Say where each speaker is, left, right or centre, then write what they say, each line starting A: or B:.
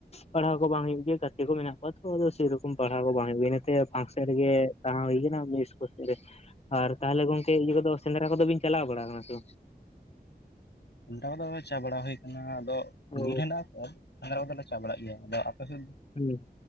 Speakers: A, on the left; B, on the left.
A: ᱯᱟᱲᱦᱟᱣ ᱠᱚ ᱵᱟᱝ ᱦᱩᱭᱩᱜ ᱜᱮᱭᱟ ᱾ ᱪ ᱠᱚ ᱢᱮᱱᱟᱜ ᱠᱚᱣᱟ ᱛᱚ ᱟᱫᱚ ᱥᱮᱨᱚᱠᱚᱢ ᱯᱟᱲᱦᱟᱣ ᱠᱚ ᱵᱟᱝ ᱦᱩᱭᱩᱜᱼᱟ ᱤᱱᱟᱛᱮ ᱯᱷᱟᱱᱥᱮᱱ ᱨᱮ ᱜᱮ ᱛᱟᱦᱮᱸ ᱦᱩᱭᱠ ᱟᱨ ᱛᱟᱦᱚᱞᱮ ᱜᱚᱝᱠᱮ ᱤᱭᱟᱹ ᱠᱚᱫᱚ ᱥᱮᱸᱫᱽᱨᱟ ᱠᱚᱫᱚ ᱵᱤᱱ ᱪᱟᱞᱟᱣ ᱵᱟᱲᱟ ᱟᱠᱟᱱᱟ ᱥᱮ ᱵᱟᱝ?
B: ᱚᱱᱴᱟ ᱠᱚᱫᱚ ᱪᱟ ᱵᱟᱲᱟ ᱦᱩᱭ ᱟᱠᱟᱱᱟ ᱟᱫᱚ
A: ᱚ
B: ᱵᱤᱨ ᱦᱮᱱᱟᱜ ᱛᱚ ᱥᱟᱸᱫᱽᱨᱟ ᱠᱚ ᱫᱚ ᱞᱮ ᱪᱟ ᱵᱟᱲᱟᱜ ᱜᱮᱭᱟ ᱟᱫᱚ ᱟᱯᱮ ᱥᱮᱫ ᱫᱚ?
A: ᱦᱚ